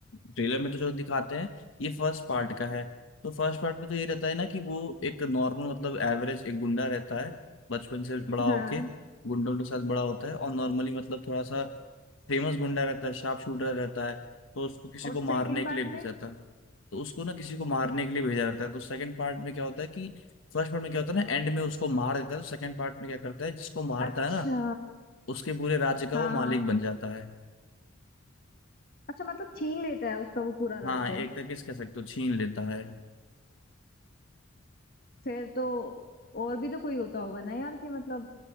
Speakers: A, on the left; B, on the left.
A: ट्रेलर में तो जो दिखाते हैं ये फर्स्ट पार्ट का है तो फर्स्ट पार्ट में तो ये रहता है ना कि वो एक नॉर्मल मतलब एवरेज एक गुंडा रहता है बचपन से बड़ा
B: हाँ
A: होके गुंडों के साथ बड़ा होता है और नॉर्मली मतलब थोड़ा सा फेमस गुंडा रहता है शार्प शूटर रहता है तो उसको किसी
B: और
A: को
B: सेकंड
A: मारने
B: पार्ट
A: के लिए
B: में
A: भेजा जाता है तो उसको ना किसी को मारने के लिए भेजा जाता है तो सेकंड पार्ट में क्या होता है कि फर्स्ट पार्ट में क्या होता है ना एंड में उसको मार देता है तो सेकंड पार्ट में क्या करता है जिसको मारता
B: अच्छा
A: है ना उसके पूरे राज्य का
B: हाँ
A: वो मालिक
B: हाँ
A: बन जाता है
B: अच्छा मतलब छीन लेता है उसका वो पूरा
A: हाँ
B: राज्य
A: एक तरीके से कह सकते हो छीन लेता है
B: फिर तो और भी तो कोई होता होगा ना यार कि मतलब